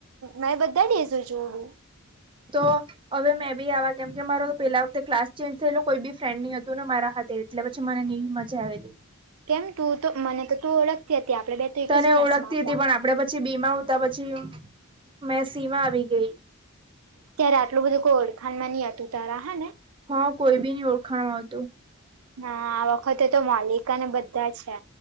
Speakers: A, on the right (about 80°); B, on the right (about 25°).
A: મેં બધા ડેઝ ઉજવુ.
B: તો હવે મેં બી આવા કેમ કે મારો પેલા વખતે ક્લાસ ચેન્જ થયેલો કોઈ બી ફ્રેન્ડ ની હતું ને મારા હાથે એટલે પછી મને ની મજા આવેલી.
A: કેમ તું તો મને તો તું ઓળખતી હતી આપણે તો બે એક
B: તને
A: જ ક્લાસમાં
B: ઓળખતી
A: હતા.
B: હતી પણ આપડે પછી બી માં ઉતા પછી મેં સી માં આવી ગેઈ.
A: ત્યારે આટલું બધું કોઈ ઓળખાણમાં ની હતું તારા હે ને.
B: હા કોઈ બી ની ઓળખાણ હતું.
A: હાં આ વખતે તો મોલિકાને બધા છે.